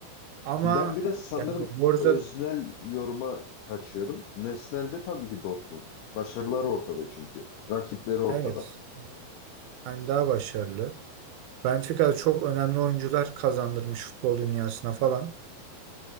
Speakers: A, on the right; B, on the left.
A: ama
B: ben biraz sanırım
A: yani Borussia
B: öznel yoruma kaçıyorum. Nesnel'de tabii ki Dortmund. Başarıları ortada çünkü. Rakipleri ortada.
A: evet, hani daha başarılı. Benfica'da çok önemli oyuncular kazandırmış futbol dünyasına falan.